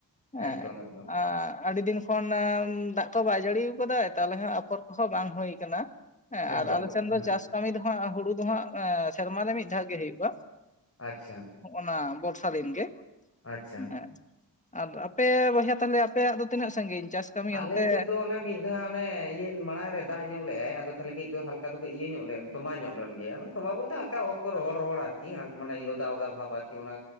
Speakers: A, on the left; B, on the left.
A: ᱦᱮᱸ
B: ᱮᱠᱫᱚᱢ ᱮᱠᱫᱚᱢ
A: ᱟᱨ ᱟᱹᱰᱤ ᱫᱤᱱ ᱠᱷᱚᱱ ᱫᱟᱜ ᱠᱚ ᱵᱟᱭ ᱡᱟᱹᱲᱤᱭᱟ ᱟᱠᱟᱫᱟ ᱛᱟᱦᱟᱞᱮ ᱦᱚᱸ ᱟᱯᱷᱚᱨ ᱠᱚᱦᱚᱸ ᱵᱟᱝ ᱦᱩᱭ ᱟᱠᱟᱱᱟ᱾ ᱦᱮᱸ
B: ᱮᱠᱫᱚᱢ
A: ᱟᱨ ᱟᱞᱮ ᱥᱮᱱ
B: ᱦᱮᱸ
A: ᱫᱚ ᱪᱟᱥ ᱠᱟᱹᱢᱤ ᱫᱚ ᱦᱟᱜ ᱦᱩᱲᱩ ᱫᱚ ᱦᱟᱜ ᱥᱮᱨᱢᱟ ᱨᱮ ᱢᱤᱫ ᱫᱷᱟᱣ ᱜᱮ ᱦᱩᱭᱩᱜ-ᱟ᱾
B: ᱟᱪᱪᱷᱟ᱾
A: ᱦᱚᱜ-ᱚᱱᱟ ᱵᱚᱨᱥᱟ ᱫᱤᱱ ᱜᱮ
B: ᱟᱪᱪᱷᱟ
A: ᱦᱮᱸ ᱟᱨ ᱯᱮ ᱵᱚᱭᱦᱟ ᱛᱟᱦᱟᱞᱮ ᱟᱯᱮᱭᱟᱜ ᱫᱚ ᱛᱤᱱᱟᱹᱜ ᱥᱟᱺᱜᱤᱧ ᱪᱟᱥ? ᱠᱟᱹᱢᱤ
B: ᱟᱞᱮ
A: ᱚᱱᱛᱮ
B: ᱥᱮᱫ ᱫᱚ ᱚᱱᱮ ᱢᱤᱫ ᱫᱷᱟᱣ ᱚᱱᱮ ᱤᱭᱟᱹ ᱢᱟᱲᱟᱝ ᱨᱮ ᱫᱟᱜ ᱧᱚᱜ ᱞᱮᱜᱟᱭ ᱟᱫᱚ ᱛᱟᱦᱟᱞᱮ ᱠᱟᱹᱡ ᱫᱚ ᱦᱟᱞᱠᱟ ᱫᱚ ᱠᱟᱹᱡ ᱤᱭᱟᱹ ᱧᱚᱜ ᱞᱮᱱ ᱛᱚᱵᱟ ᱧᱚᱜ ᱞᱮᱱ ᱜᱮᱭᱟ ᱢᱟᱱᱮ᱾ ᱚᱦᱟ ᱵᱚᱞᱛᱮ ᱦᱟᱞᱠᱟ ᱚᱛ ᱠᱚ ᱨᱚᱦᱚᱲ ᱨᱚᱦᱚᱲ ᱟᱨᱠᱤ ᱢᱟᱱᱮ ᱚᱫᱟ ᱚᱫᱟ ᱵᱷᱟᱵ ᱟᱨᱠᱤ ᱚᱱᱟ